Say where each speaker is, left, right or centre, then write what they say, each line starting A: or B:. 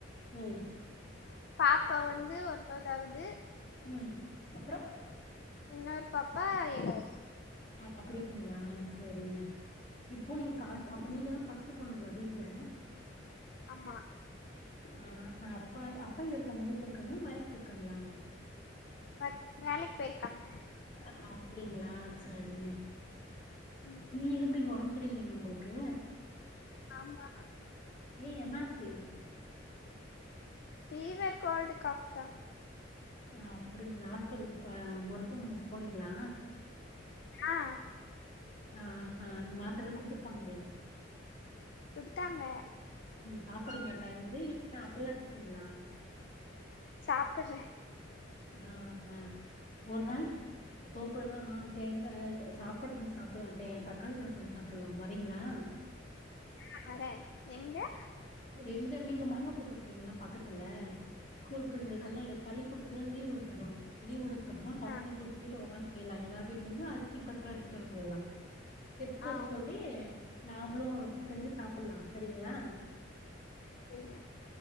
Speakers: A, on the left (about 40°); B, on the left (about 60°).
A: உம்
B: பாப்பா வந்து ஒன்பது அதாவது
A: ம் அப்றோ
B: இன்னொரு பப்பா ஏழாவ்து
A: அ அப்டிங்ளா சேரிங்க இப்போ நீங்க கால் ப அப்ப நீங்கதா ஃபஸ்ட்டு பொண்ணுங்ளா வீட்ல
B: ஆமா
A: ஆ ஹ அப்பாய் அப்பா எங்க இருக்காங்க வீட்ல இருக்காங்லா வேலைக் பேயிர்க்காங்ளா
B: ஒர்க் வேலைக்கு போயிருக்காங்க
A: அ அப்டிங்ளா சரி
B: ம்
A: நீ இரும்றீங்க ஒடம் செரி இல்லிங்ளா உங்ளுக்கு
B: ஆமா
A: ஏ என்னாச்சு
B: ஃபிவர் கோல்டு காஹ்ஃப் தா
A: அ அப்புடிங்ளா ஹாஸ்பிட்லுக்கு இப்ப மருத்துவமனைக்கு போனீங்ளா
B: ஆ
A: ஆ ஹ மாத்தரலா குட்த்துர்ப்பாங்ளே
B: குட்த்தாங்க
A: சாப்ற்றிங்ளா டைம்க்கு இல் அப்புட்லா இர்க்கீங்ளா
B: சாப்புற்ர
A: ஹா ஹ ஒரு நாளிக்கி தோப்புலத ஆ ஆ தேங்காய் சாப்பாடு செஞ்சு சாப்டலாம் தே தக்காளி சாதம் செஞ்சு சாப்பிலாம் வரிங்களா?
B: ஆஹ் வரேன் எங்கே
A: எங்க நீங்க மாங்காதோப்பு இருக்கிங்களா பக்கத்துல ஸ்கூல் பிள்ளைங்களுக்கெல்லா
B: ஆ
A: பள்ளி கூடத்து லாம் லீவு விட்டறோம் லீவ் விட அப்டிதான் பசங்கள
B: ஆ
A: கூட்டிட்டு போய்ட்டு உக்காந் எல்லாம் எல்லாரு வீட்லருந்தும் அரிசி பருப்பலா எடுத்து வர சொல்லலாம். எடுத்துட்டு
B: ஆ
A: வர
B: ஓ
A: சொல்லி நாமளும் செஞ்சு சாப்பலா சரிங்களா
B: சரிங்க <inaudible>